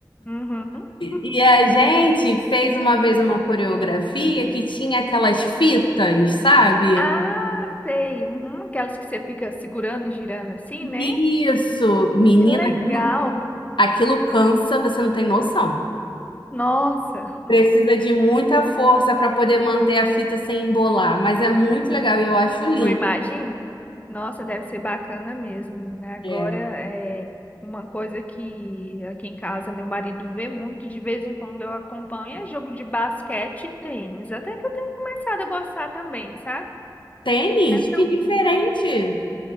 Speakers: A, on the left; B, on the left.
A: Uhum. <laughs>
B: E a gente fez uma vez uma coreografia que tinha aquelas fitas, sabe?
A: Ah, sei. Uhum. Aquelas que você fica segurando e girando assim, né?
B: Isso, menina,
A: Que legal.
B: aquilo, aquilo cansa, você não tem noção.
A: Nossa,
B: Precisa de muita força para poder manter a fita sem embolar, mas é muito legal e eu acho lindo.
A: eu imagino. Nossa, deve ser bacana mesmo, né? Agora
B: É.
A: é uma coisa que aqui em casa meu marido vê muito, e de vez em quando eu acompanho, é jogo de basquete e tênis. Até que eu tenho começado a gostar também, sabe?
B: Tênis,
A: Não é tão-
B: que diferente!
A: Uhum.